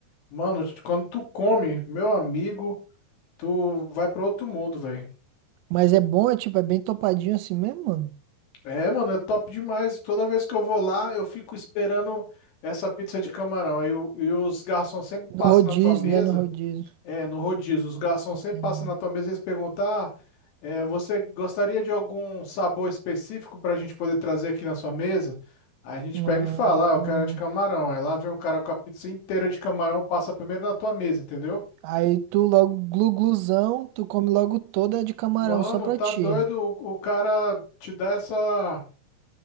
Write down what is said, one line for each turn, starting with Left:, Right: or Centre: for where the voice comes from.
Left: Mano, quando tu come, meu amigo, tu vai pra outro mundo, velho.
Right: Mas é bom, é tipo, é bem topadinho assim mesmo, mano.
Left: É, mano, é top demais. Toda vez que eu vou lá, eu fico esperando essa pizza de camarão. Aí o- e os garçons sempre
Right: No
Left: passam
Right: rodízio,
Left: na tua mesa.
Right: né? No rodízio.
Left: É, no rodízio, os garçons
Right: Entendi.
Left: sempre passam na tua mesa e eles perguntam: ah, é, você gostaria de algum sabor específico para a gente poder trazer aqui na sua mesa? Aí a gente
Right: Ah,
Left: pega e fala: ah, o cara é de camarão. Aí lá vem o cara com a pizza inteira de camarão, passa primeiro na tua mesa, entendeu?
Right: Aí tu logo glu tu come logo toda de camarão,
Left: Mano,
Right: só pra
Left: tá
Right: ti.
Left: doido o, o cara te dá essa,